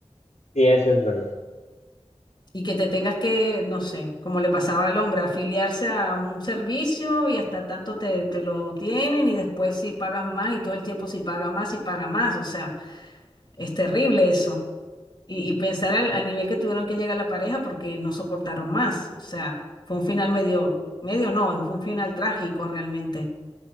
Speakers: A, on the left; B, on the left.
A: Sí, eso es verdad.
B: Y que te tengas que, no sé, como le pasaba al hombre, afiliarse a un servicio y hasta tanto te, te lo tienen y después si pagas más y todo el tiempo si paga más y paga más. O sea, es terrible eso. Y, y pensar al, al nivel que tuvieron que llegar la pareja porque no soportaron más. O sea, fue un final medio, medio no, fue un final trágico realmente.